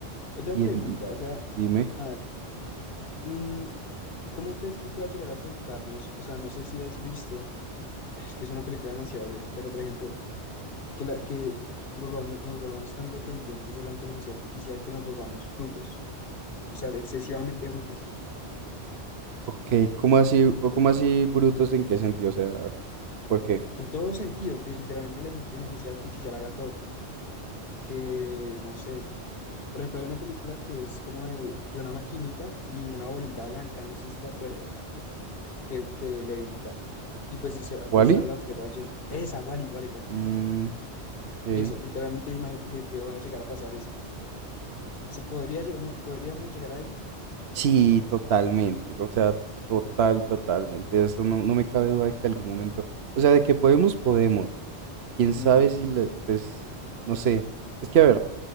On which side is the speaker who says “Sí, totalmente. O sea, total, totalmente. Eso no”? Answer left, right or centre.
Right